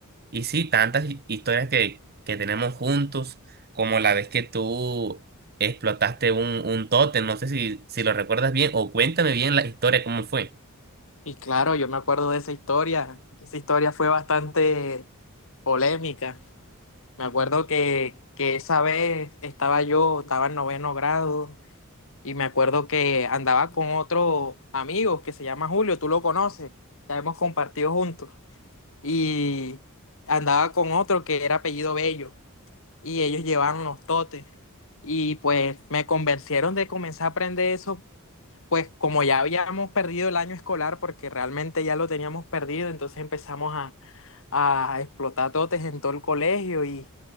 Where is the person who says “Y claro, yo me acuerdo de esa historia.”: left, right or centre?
Left